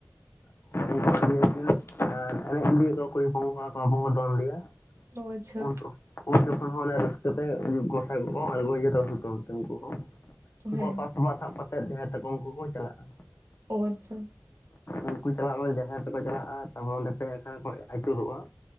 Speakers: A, on the left (about 60°); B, on the right (about 65°).
A: <unintelligible> ᱮᱸ ᱮᱱᱮᱡ ᱤᱫᱤᱭᱟ ᱠᱚ ᱠᱩᱲᱤ ᱦᱚᱯᱚᱱ ᱠᱚᱲᱟ ᱦᱚᱯᱚᱱ ᱠᱚ ᱫᱚᱝ ᱤᱫᱤᱭᱟ᱾
B: ᱚ ᱟᱪᱪᱷᱟ
A: ᱩᱞ ᱠᱚ᱾ ᱩᱱ ᱡᱚᱠᱷᱚᱱ ᱦᱚᱸ ᱚᱱᱮ ᱨᱟᱹᱥᱠᱟᱹ ᱛᱮ ᱜᱚᱸᱥᱟᱭ ᱠᱚ ᱠᱚ ᱟᱬᱜᱳ ᱦᱤᱡᱩ ᱛᱚᱲᱮ ᱥᱩᱛᱟᱹᱢ ᱛᱮ ᱩᱱᱠᱩ ᱦᱚᱸ ᱩᱱᱠᱩᱣᱟᱜ
B: ᱦᱮᱸ
A: ᱯᱷᱟᱥᱴᱵᱟᱸ ᱥᱟᱵ ᱠᱟᱛᱮᱫ ᱡᱟᱦᱮᱸᱨ ᱛᱮᱠᱚ ᱩᱱᱠᱩ ᱠᱚ ᱪᱟᱞᱟᱜ-ᱟ᱾
B: ᱚ ᱟᱪᱪᱷᱟ᱾
A: ᱩᱱᱠᱩ ᱪᱟᱞᱟᱜ ᱨᱮ ᱡᱟᱦᱮᱨ ᱛᱮᱠᱚ ᱪᱟᱞᱟᱜ-ᱟ ᱛᱟᱨᱯᱚᱨ ᱚᱸᱰᱮ ᱯᱮ ᱫᱷᱟᱣ ᱠᱚ ᱟᱹᱪᱩᱨᱚᱜ-ᱟ᱾